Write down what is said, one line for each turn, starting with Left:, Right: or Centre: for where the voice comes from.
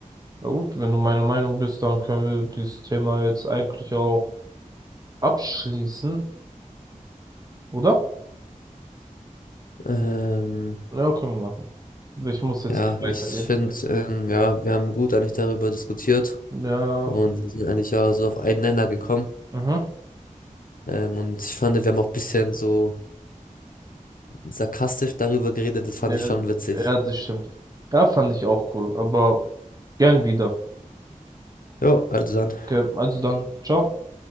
Right: Na gut, wenn du meine Meinung bist, dann können wir dieses Thema jetzt eigentlich auch abschließen, oder?
Left: Ähm,
Right: Ja, können wir machen. Ich muss jetzt
Left: ja,
Right: eh weitergehen.
Left: ich finde, ähm, ja, wir haben gut eigentlich darüber diskutiert
Right: Ja.
Left: und wir sind eigentlich auch so auf einen Nenner gekommen.
Right: Mhm.
Left: Ähm, und ich fand, wir haben auch ein bisschen so sarkastisch darüber geredet. Das fand
Right: Ja,
Left: ich schon witzig.
Right: ja, das stimmt. Ja, fand ich auch cool, aber gern wieder.
Left: Jo, also dann.
Right: Okay, also dann, ciao.